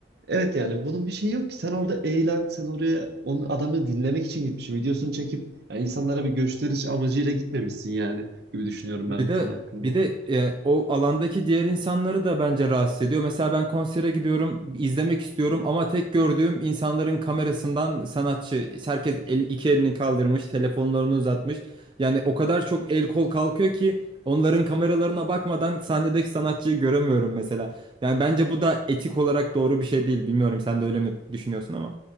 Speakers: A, on the right (about 60°); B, on the right (about 25°).
A: Evet yani bunun bir şeyi yok ki. Sen orada eğlen, sen oraya onun adamı dinlemek için gitmişsin. Videosunu çekip yani insanlara bir gösteriş amacıyla gitmemişsin yani gibi düşünüyorum
B: Bir
A: ben bu
B: de
A: konu hakkında.
B: bir de e, o alandaki diğer insanları da bence rahatsız ediyor. Mesela ben konsere gidiyorum, izlemek istiyorum ama tek gördüğüm insanların kamerasından sanatçı. Herkes el, iki elini kaldırmış, telefonlarını uzatmış. Yani o kadar çok el kol kalkıyor ki onların kameralarına bakmadan sahnedeki sanatçıyı göremiyorum mesela. Yani bence bu da etik olarak doğru bir şey değil. Bilmiyorum sen de öyle mi düşünüyorsun ama.